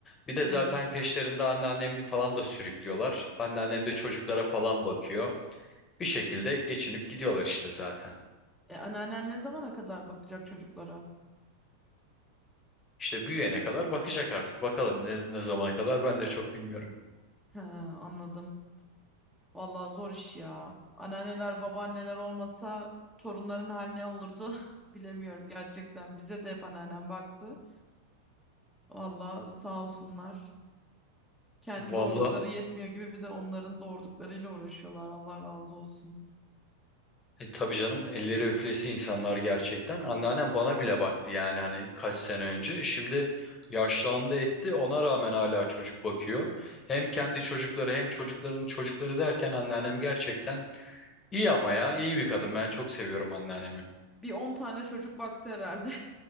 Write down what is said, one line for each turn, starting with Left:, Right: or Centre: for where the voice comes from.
Left: Bir de
Centre: Hı
Left: zaten
Centre: hı.
Left: peşlerinde anneannemi falan da sürüklüyorlar. Anneannem de çocuklara falan bakıyor. Bir şekilde geçinip gidiyorlar işte zaten.
Centre: E, anneannen ne zamana kadar bakacak çocuklara?
Left: İşte büyüyene kadar bakacak artık. Bakalım ne, ne zamana kadar ben de çok bilmiyorum.
Centre: He, anladım. Vallahi zor iş ya. Anneanneler, babaanneler olmasa torunların haline olurdu. <laughs> Bilemiyorum gerçekten. Bize de hep anneannem baktı. Vallahi sağ olsunlar. Kendi
Left: Vallahi.
Centre: doğurdukları yetmiyor gibi bir de onların doğurduklarıyla uğraşıyorlar. Allah razı olsun.
Left: E, tabii canım elleri öpülesi insanlar gerçekten. Anneannem bana bile baktı yani hani kaç sene önce. Şimdi yaşlandı etti ona rağmen hala çocuk bakıyor. Hem kendi çocukları hem çocukların çocukları derken anneannem gerçekten iyi ama ya iyi bir kadın. Ben çok seviyorum anneannemi.
Centre: Bir 10 tane çocuk baktı herhalde.